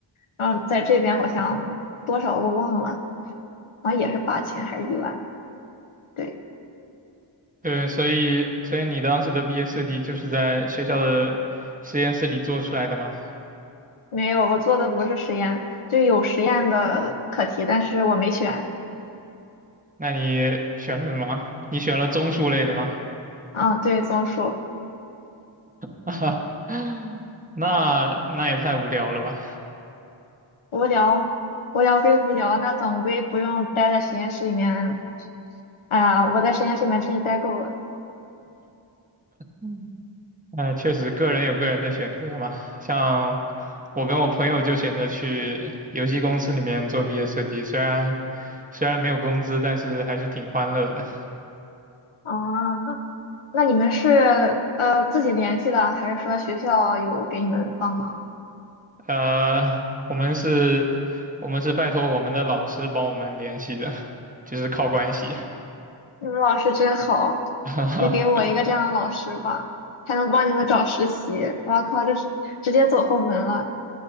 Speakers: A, on the left; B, on the right.
A: 然后在这边好像多少我忘了，好像也是八千还是一万。对，
B: 对，所以所以你当时的毕业设计就是在学校的实验室里做出来的吗？
A: 没有，我做的不是实验，就有实验的课题，但是我没选。
B: 那你选了什么？你选了综述类的吗？
A: 嗯，对，综述
B: <laughs> 啊，那那也太无聊了吧。
A: 无聊，无聊归无聊，那总归不用待在实验室里面。哎呀，我在实验室里面真是待够了。
B: 嗯，哎，确实，个人有个人的选择嘛。像我跟我朋友就选择去游戏公司里面做毕业设计，虽然虽然没有工资，但是还是挺欢乐的。
A: 啊，那你们是呃自己联系的，还是说学校有给你们帮忙？
B: 呃，我们是，我们是拜托我们的老师帮我们联系的，就是靠关系。
A: 你们老师真好，
B: <laughs> 哈哈，
A: 也给我一个这样的老师吧，还能帮你们找实习。我靠，这是直接走后门了。